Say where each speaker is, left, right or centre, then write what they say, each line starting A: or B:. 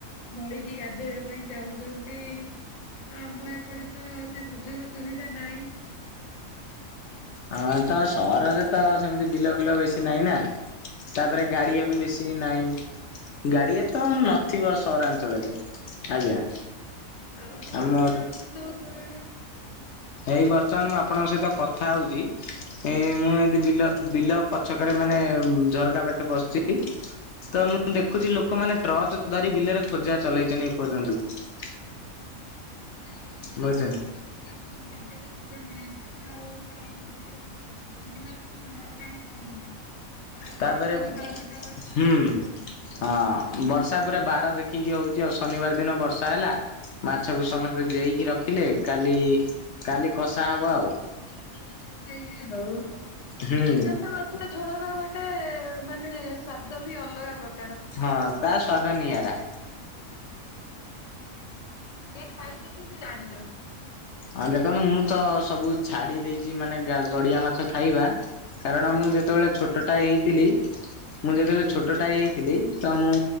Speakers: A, on the left; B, on the left.
A: ନଈକି ଗାଧେଇବା ପାଇଁ ଯାଉଚନ୍ତି। ଆମ ଏପଟେ ତ ସେ ସୁଯୋଗ ସୁବିଧା ନାହିଁ।
B: ହଁ ତ ସହରରେ ତ ସେମିତି ବିଲ ଫିଲ ବେଶି ନାହିଁ ନା। ତାପରେ ଗାଡିଆ ବି ବେଶୀ ନାହିଁ ଗାଡିଆ ତ ନଥିବ ସହରାଞ୍ଚଳରେ ଆଜ୍ଞା।
A: ଆଉ ନଈ
B: ଆମ
A: ଯାହା ଅଛି ସବୁ ଦୂରରେ।
B: ଏଇ ବର୍ତ୍ତମାନ ମୁଁ ଆପଣଙ୍କ ସହିତ କଥା ହୋଉଚି ଏଁ ମୁଁ ଏମତି ବିଲ ବିଲ ପଛକରେ ମାନେ ଝରକା ବାଟେ ବସଚି ତ ମୁଁ ଦେଖୁଚି ଲୋକମାନେ ଟ୍ରଚ ଧରି ବିଲରେ ଖୋଜା ଚଲେଇଚନ୍ତି ଏପର୍ଯ୍ୟନ୍ତ ବି।
A: ଯାହୋଉ ମାନେ
B: ବୁଝୁଛନ୍ତି।
A: ଦେଶୀ ମାଛଟା କଣ ଜାଗରେ ଥିଲେ ମିଳେନା ଆଉ କାହିଁକି ଯେହେତୁ ଉଠିଚନ୍ତି ମାଛ <unintelligible> କାହିଁକି ତାଡିବେ। ଆ କାଲି
B: ତାପରେ
A: ଭଲ ବାରଟା ଅଛି
B: ହୁଁ
A: ରବିବାର।
B: ହଁ ବର୍ଷା ପୁରା ବାର ଦେଖିକି ହୋଉଚି ଆଉ ଶନିବାର ଦିନ ବର୍ଷା ହେଲା ମାଛକୁ ସମସ୍ତେ ଜେଇକି ରଖିଲେ କାଲି କାଲି କଷା ହବ ଆଉ।।
A: ଜିଅନ୍ତା ମାଛ ଖାଇବେ ହୋଉ
B: ହୁଁ
A: ଜିଅନ୍ତା ମା କୁଡା ଝୋଳର ଗୋଟେ ମାନେ ସ୍ଵାଦ ବି ଅଲଗା ପ୍ର
B: ହଁ ତା ସ୍ଵାଦ ନିଆରା।
A: ଆଜ୍ଞା ଯିଏ ଖାଇଚନ୍ତି ସିଏ ଜାଣିଚନ୍ତି।
B: ଆଉ ଦେଖନ୍ତୁ ମୁଁ ତ ସବୁ ଛାଡି ଦେଇଚି ମାନେ ଗା ଗଡିଆ ମାଛ ଖାଇବା କାରଣ ମୁଁ ଯେ ଯେତେବେଳେ ଛୋଟଟା ହେଇଥିଲି ମୁଁ ଯେତେବେଳେ ଛୋଟଟା ହେଇଥିଲି ତ ମୁଁ